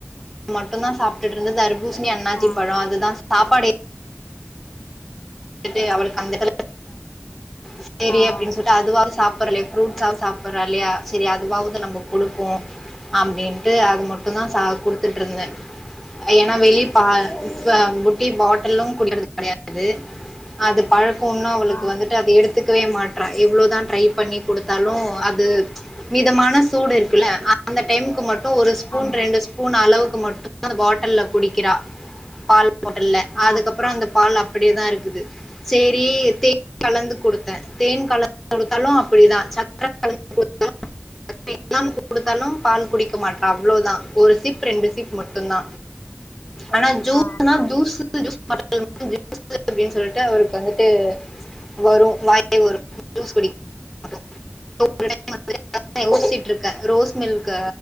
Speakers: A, in the centre; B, on the left (about 45°).
A: மட்டுந்தா சாப்டுட்டு இருந்த தர்பூசணி அண்ணாச்சி
B: ஆ
A: பழோ அதுதா சாப்பாடு <unintelligible> அவளுக் <unintelligible> சேரி
B: ஆ
A: அப்பிடின்னு சொல்லிட்டு அதுவாது சாப் பரலே ஃப்ரூட்ஸாது சாப்பறாளே சேரி அதுவாவது நம்ம குடுப்போ அப்பிடின் ட்டு அது மட்டுதா சா குடுத்துட்டுருந்தே ஏன்னா வெளி பா ப்பா புட்டி பாட்டல்லு <unintelligible> கெடையாது அது பழக் கோண்ண அவளுக்கு
B: ஆ
A: வந்துட்டு அத எடுத் த்துக்கவே மாட்டற எவ்வளோதா ட்ரை பண்ணி குடுத்தாலு அது மிதமான சூடு இருக்குல அந்த டைமுக்கு மட்டு ஒரு ஸ்பூன்
B: ஆமா
A: ரெண்டு ஸ்பூன் அளவுக்கு மட் <unintelligible> அந்த பாட்டல்ல குடிக்கிறா பால் போட்டல்ல அதுக்கப்புறோ
B: ஆ
A: அந்த பால் அப்பிடியேதா இருக்கு சேரி தேன் கலந்து கொடுத்தே தேன் கலந்து குடுத்தாலு அப்பிடிதா சக்கர கலந்து குடுத்த எல்லா குடுத்தாலு பால் குடிக்க மாட்டறா அவ்ளோதா ஒரு சிப் ரெண்டு சிப் மட்டுதா ஆனா ஜூஸ்னா
B: ஆ
A: ஜூஸ் ஜூ <unintelligible> அப்பிடின் சொல்லிட்டு அவருக்கு வந்துட்டு வரு வாயை வரு ஜூஸ் <unintelligible> <unintelligible> <unintelligible> யோசிச்சட்டு இருக்கே ரோஸ் மில்க